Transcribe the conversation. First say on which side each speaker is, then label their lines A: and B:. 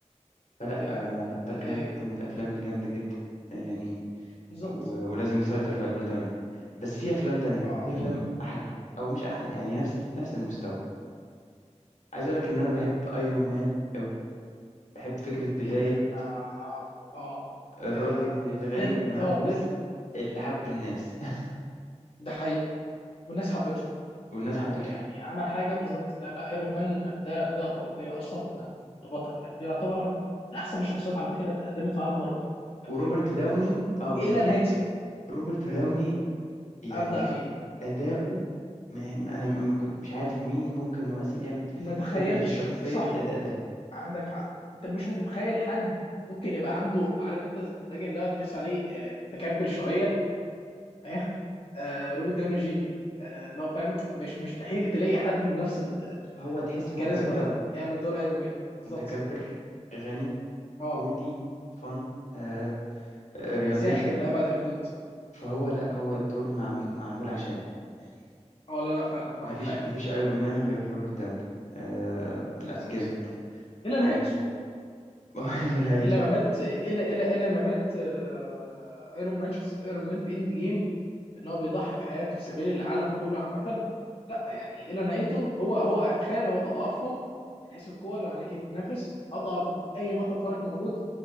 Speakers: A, on the left; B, on the left.
A: فلا
B: ايوه
A: آه،
B: ايوه
A: دارك
B: آه
A: نايت من الافلام الجامده جدا آه، يعني
B: بالظبط
A: و- ولازم يسيطر في 2008 بس في افلام تانية
B: اه
A: في افلام احلى او مش احلى يعني نفس ال- نفس المستوى عايز اقول لك ان انا بحب ايرون مان قوي بحب فكره بدايه
B: جدا اه اه
A: الراجل
B: آه،
A: الغني
B: بداية
A: اللي معاه
B: اه
A: فلوس
B: بداية
A: اللي حب الناس <laughs>
B: ده حقيقي والناس حبته
A: والناس
B: لا
A: حبته
B: يعني عمل حاجة بالظبط لا لا ايرون مان ده بداية خرافية اصلا لبطل يعني دي يعتبر من احسن الشخصيات على فكرة اللي اتقدمت في عالم مارفل كانت
A: وروبرت
B: ايرون مان
A: داوني اه بالظبط
B: الى نهايته
A: روبرت
B: يعني
A: داوني يعني
B: ابدع فيها
A: أداؤه ما- ما- أنا ما كنت مش عارف مين ممكن ممثل يعمل
B: ما تخيلتش
A: يعمل الشخصية
B: صح
A: بالأداء ده
B: عندك حق انت مش هتتخيل حد ممكن يبقى عنده عارف انت الراجل اللي هو تحس عليه آه، متكبر شوية ايه آه روبرت داوني جينيور آه لو فاهم مش مستحيل تلاقي حد بنفس ال- ال- ال-
A: هو تحس
B: الكاريزما
A: هو كاركتره
B: ده يعمل دور ايرون مان بالظبط
A: متكبر غني
B: اه
A: كوميدي فن آه آه، رياضي
B: ساخر لابعد الحدود
A: فهو لا هو الدور معم- معمول عشانه يعني
B: اه لا لا فعلا معاك
A: مفيش
B: حق في دي
A: مفيش ايرون مان غير روبرت داوني آه لا
B: بالظبط
A: جامد
B: الى نهايته
A: آه <laughs> ما هو
B: يعني
A: ده نهايته
B: الى ما مات الى الى الى ما مات آه ايرون مان شخصيه ايرون مان في اند جيم ان هو بيضحي بحياته في سبيل العالم كله عامه لا يعني الى نهايته هو هو اتخيل هو اضعفهم من حيث القوه لو هنيجي نتنافس اضعف من اي بطل خارق موجود